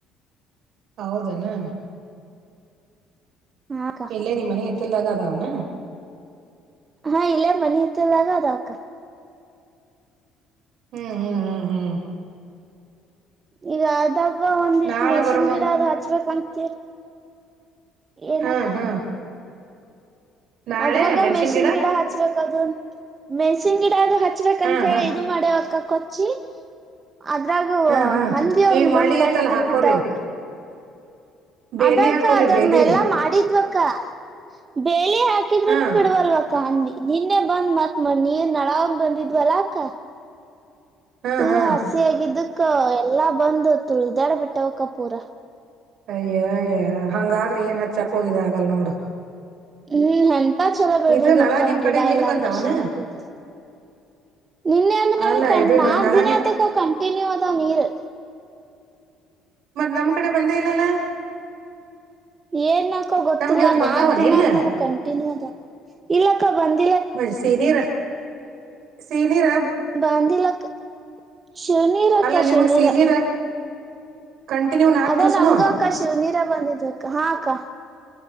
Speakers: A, on the right; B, on the right.
A: ಹೌದೇನು.
B: ಹಾಕ್ಕ
A: ಎಲ್ಲೇ ನಿಮ್ಮ್ ಮನಿತ್ತ. ಇಲ್ಲದಾಗಾದವುನ.
B: ಹಾ ಇಲ್ಲೇ ಮನಿ ಇತ್ತಲ್ಲಗ ಅದಾವಕ್ಕ.
A: ಹ್ಮ್ ಹ್ಮ್ ಹ್ಮ್ ಹ್ಮ್
B: ಈಗ ಅದ. ಇಗ ಒಂದಿಷ್ಟು
A: ನಾಳೆ
B: ಮೆಷಿನ್
A: ಬರೋ ಮುಂದ್
B: ಗಿಡ ಅದು ಹಚ್ಬಬೇಕಂತ. ತಿರ್ ಏನಕ್ಕ.
A: ಹ್ಮ್ ಹ್ಮ್ ನಾಳೆ
B: ಅದ್ರಾಗ
A: ಮೆಣಸಿನ್
B: ಮೆಶ್ಶಿನ್ ಗಿಡ ಹಚ್ಬೇಕದು ಮೆಣ್ಸಿನ್ ಗಿಡ ಅದು ಹಚ್ಬೇಕಂತ
A: ಹ್ಮ್ ಹ್ಮ್
B: ಹೇಳಿ ಇದು ಮಾಡ್ಯವಕ್ಕ. ಕೊಚ್ಚಿ ಅದ್ರಾಗೂ
A: ಹ್ಮ್ ಹ್ಮ್
B: ಹಂದಿ ಒಂದ್
A: ಈಗ ಮಳಿ
B: ಒಂದ್
A: ಐತಲ್ಲ
B: ಗಂಟ್ಬಿದ್ಬಿಟ್ಟವಕ್.
A: ಹಾಕೋರಿ ಬೇಲಿ
B: ಅದಕ್ಕ
A: ಹಾಕೋರಿ
B: ಅದ
A: ಬೇಲಿ
B: ಮ್ಮೆಲ್ಲಾ ಮಾಡಿದ್ವ ಕ್ಕ ಬೇ ಲಿ ಹಾಕಿದ್ರುನು
A: ಹ್ಮ್
B: ಬಿಡ್ವಲ್ವ ಕ್ಕ ಹಂದ್ ನಿನ್ನೆ ಬಂದ್ಮತ್ತ್ ಮನೀರ್ ನಳ ಒಂದ್ ಬಂದಿದ್ವಲ ಕ್ಕ
A: ಹ್ಮ್
B: ಫುಲ್
A: ಹ್ಮ್
B: ಹಸಿ ಆಗಿದ್ದು ಕ್ಕ ಎಲ್ಲಾ ಬಂದು ತುಳ್ದಾಡ್ಬಿಟ್ಟವಕ್ಕ ಪೂರ.
A: ಅಯ್ಯಯ್ಯ ಹಂಗಾದ್ರೆ ಏನ್ ಹಚ್ ಚಕ್ಕೋಯ್ದ ಇದಾಗಲ್ಲ ನೋಡು.
B: ಹ್ಮ್ ಹಂ ಚ ಚಲೋ ಬೆಳದಿದ್ವಕ್ಕಮ
A: ಇದು ನಳ ನಿಮ್
B: ಗಿಡ
A: ಕಡೆ ನೀನ್
B: ಎಲ್ಲಾ
A: ಬಂದಾವನ
B: ಮೆಷಿನ್ಗದು ನಿನ್ನೆ ಅಂದ್ರೆ ನಮಕಣ್
A: ಅಲ್ಲ ಇದು
B: ನಾಕ್ದಿನತಕೋ
A: ನಳ ನಿಮ್
B: ಕಂಟಿನ್ಯೂ ಅದಾವ ನೀರ್.
A: ಮತ್ನಮ್ಕಡೆ ಬಂದೇ ಇಲ್ಲಲ್ಲ.
B: ಏನ್ ನ್ಕ್ ಗೊತ್ತಿಲ್ಲ
A: ನಮ್ಗ್ ಇವತ್
B: ನಾಕ್ದಿನಾದ್
A: ಬಂದಾವನ ಇಲ್ಲ
B: ನಮ್ಗ್ ಕಂಟಿನ್ಯೂ ಅದ ಇಲ್ಲಕ್ಕ ಬಂದ್
A: ಮಳೆ ಸೀರಿರ್ತ್ ಸೀನಿರ
B: ಬಾಂಧಿಲಕ್ಕ ಶಿವ್ನಿರಕ್ಕ
A: ಅಲ್ಲ ನಿಮಗ್
B: ಶಿವ್ನಿರ.
A: ಸೀನೀರ ಕಂಟಿನ್ಯೂ ನಾಕ್
B: ಅದೇ
A: ದಿವ್ಸನು
B: ನಮ್ಗಕ್ಕ ಶಿವ್ನೀರ ಬಂದಿದ್ವಿ ಅಕ್ಕ ಹಾ ಅಕ್ಕ.